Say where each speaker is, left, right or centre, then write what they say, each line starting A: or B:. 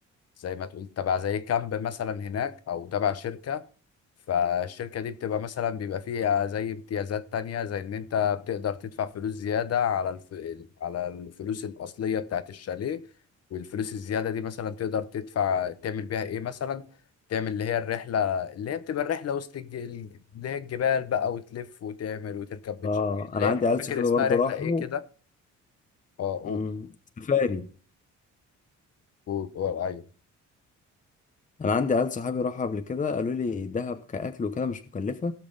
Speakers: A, on the left; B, on the left.
A: زي ما تقول تبع زي كامب مثلا هناك او تبع شركة فالشركة دي بتبقى مثلا بيبقى فيها زي امتيازات تانية زي إن أنت بتقدر تدفع فلوس زيادة على الف... على الفلوس الأصلية بتاعت الشاليه والفلوس الزيادة دي مثلا تقدر تدفع تعمل بيها إيه مثلا تعمل اللي هي الرحلة اللي هي بتبقى الرحلة وسط الج... اللي هي الجبال بقى وتلف وتعمل وتركب بيتش
B: اه
A: اللي
B: انا
A: هي
B: عندي
A: مش
B: عيال
A: فاكر
B: صحابي
A: اسمها
B: برضه
A: رحلة
B: راحوا
A: إيه كده أه قول
B: امم سفاري
A: قول قول أيوه
B: انا عندي عيال صحابي راحوا قبل كده قالوا لي دهب كاكل وكده مش مكلفه